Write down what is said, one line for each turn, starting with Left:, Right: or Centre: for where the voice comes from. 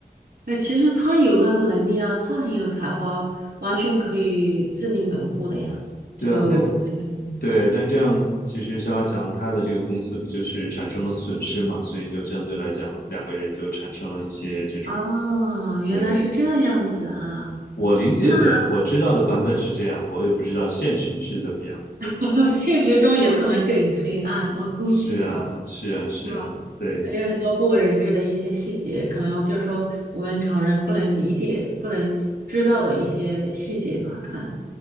Right: 哎，其实他有那个能力啊，他很有才华，完全可以自立门户的呀。就是吧
Left: 对啊，但对，但是这样其实肖华强他的这个公司不就是产生了损失嘛，所以就相对来讲，两个人就产生了一些这种。
Right: 啊，原来是这样子啊，
Left: 对，我理解的，
Right: 那
Left: 我知道的版本是这样，我也不知道现实是怎么样。
Right: <laughs>
Left: 对，
Right: 现实中有可能更黑暗，我估计哈。
Left: 是啊，是啊，是啊，
Right: 是吧？
Left: 对，
Right: 还有很多不为人知的一些细节，可能就是说我们常人不能理解、不能知道的一些细节吧，可能。